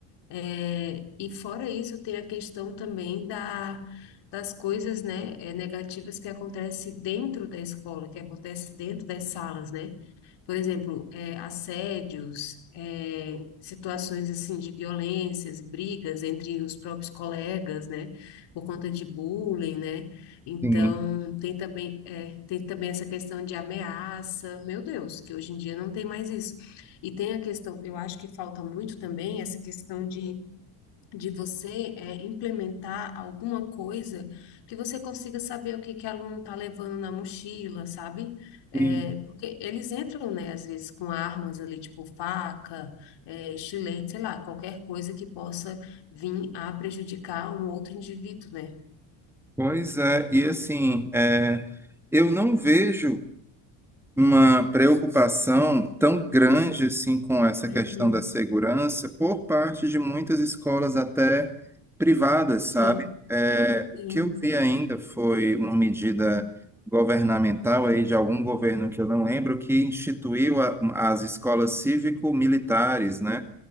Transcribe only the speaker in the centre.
Sim,
sim.
Pois é, e assim, é, eu não vejo. uma preocupação tão grande assim com essa
questão da segurança por parte de muitas escolas até privadas, sabe?
É, o
que eu vi ainda foi uma medida governamental aí de algum governo que eu não lembro que instituiu a- as escolas cívico-militares, né?